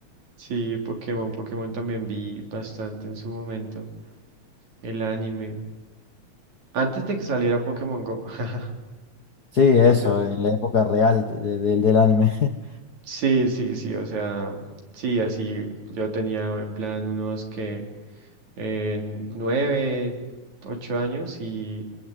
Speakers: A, on the right; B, on the left.
A: Sí, Pokémon. Pokémon también vi bastante en su momento. El anime. Antes de que saliera Pokémon Go. <laughs>
B: Sí, eso,
A: Y sol-
B: en la época real de- de- del anime. <laughs>
A: Sí, sí, sí. O sea, sí, así. Yo tenía en plan unos que en nueve, ocho años y